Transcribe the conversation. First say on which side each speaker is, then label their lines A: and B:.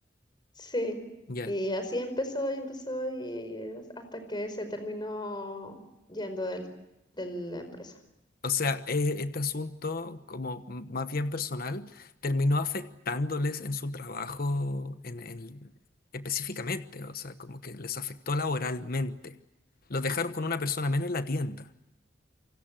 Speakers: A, on the left (about 25°); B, on the left (about 55°).
A: Sí,
B: Ya.
A: y así empezó y empezó y hasta que se terminó yendo del, de la empresa.
B: O sea, e- este asunto, como m- más bien personal, terminó afectándoles en su trabajo en, en- específicamente, o sea, como que les afectó laboralmente. Los dejaron con una persona menos en la tienda.